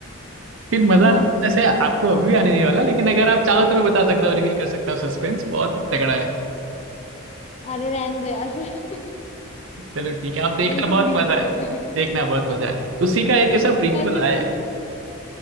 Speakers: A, on the right (about 65°); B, on the left (about 30°).
A: फिर मजा
B: हाँ
A: ऐसे आपको अभी भी आने नहीं वाला लेकिन अगर आप चाहो तो मैं बता सकता हूँ रिवील कर सकता हूँ सस्पेंस बहुत तगड़ा है
B: अरे रहने दो यार फिर
A: चलो ठीक है आप देखना
B: देखूंगी
A: बहुत मजा
B: उसको
A: है
B: मैं
A: देखना बहुत मजा है उसी का एक ऐसा प्रीक्वल
B: ऐसे
A: आया
B: फिर
A: है